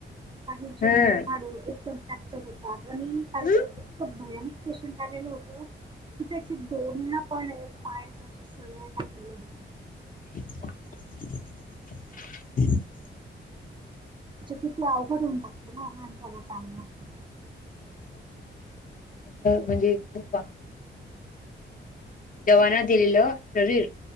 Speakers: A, on the right (about 25°); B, on the left (about 45°).
A: काही
B: हम्म
A: म्हणजे हडदम. तात <unintelligible> आणि काल
B: हम्म.
A: तर इतक भयानक पेशंट होत कि त्याचे दोन पण पाया अे सळ्या टाकलेले होते.
B: <inaudible>
A: म्हणजे किती अवघड होऊन जते ना माणसाला चांगल्या.
B: म्हणजे खूप <inaudible> दवाना दिलेलं शरीर